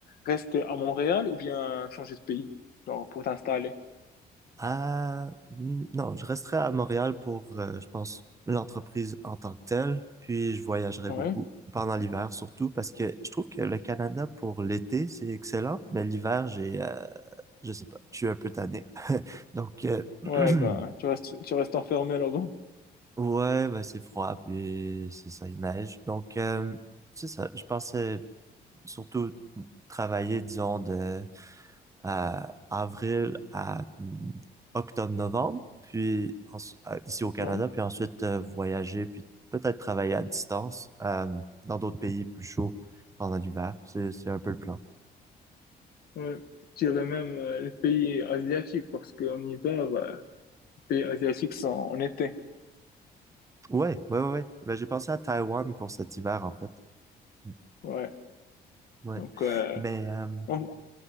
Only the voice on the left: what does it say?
rester à Montréal ou bien changer de pays, genre, pour t'installer?
Ouais,
ouais, ben, tu restes, tu restes enfermé là-bas.
Ouais,
ouais. Je dirais même euh, les pays asiatiques, parce qu'en hiver, bah, les pays asiatiques sont en été.
Ouais.
Donc, euh,
on-